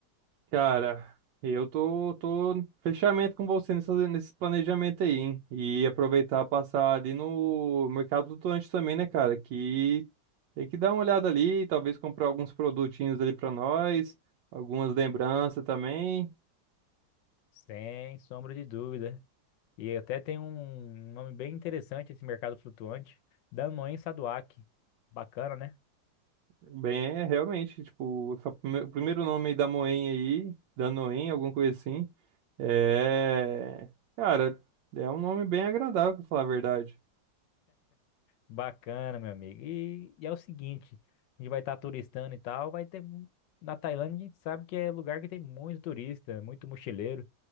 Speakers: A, on the right; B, on the left.
A: Cara, eu tô, tô no fechamento com você nessa, nesse planejamento aí, hein? E aproveitar passar ali no Mercado Flutuante também, né, cara? Que tem que dar uma olhada ali, talvez comprar alguns produtinhos ali pra nós, algumas lembranças também.
B: sem sombra de dúvida. E até tem um nome bem interessante esse mercado flutuante, Danone Saduak Bacana, né?
A: Bem, é realmente, tipo, essa prime- o primeiro nome aí da Moen aí, da Noen, alguma coisa assim, é... Cara, é um nome bem agradável, pra falar a verdade.
B: Bacana, meu amigo. E, e é o seguinte, a gente vai estar turistando e tal, vai ter mu- na Tailândia, a gente sabe que é lugar que tem muito turista, muito mochileiro.